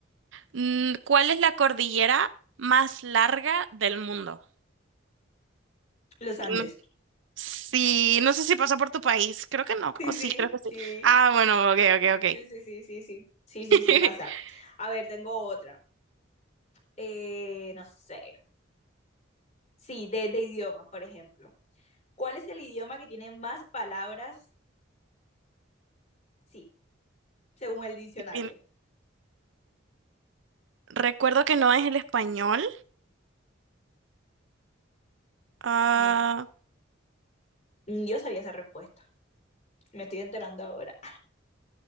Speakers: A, on the right; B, on the left.
A: Mm, ¿Cuál es la cordillera más larga del mundo?
B: Los Andes.
A: Y no- Sí, no sé si pasa por tu país. Creo que no.
B: Sí,
A: O sí,
B: sí,
A: creo que sí.
B: sí.
A: Ah, bueno, ok, ok,
B: Sí, sí, sí, sí, sí. Sí, sí,
A: ok.
B: sí, pasa.
A: <laughs>
B: A ver, tengo otra. Eh, no sé. Sí, de, de idiomas, por ejemplo. ¿Cuál es el idioma que tiene más palabras? Sí, según el diccionario.
A: Bien, Recuerdo que no es el español. Ah,
B: Ni, ni yo sabía esa respuesta. Me estoy enterando ahora.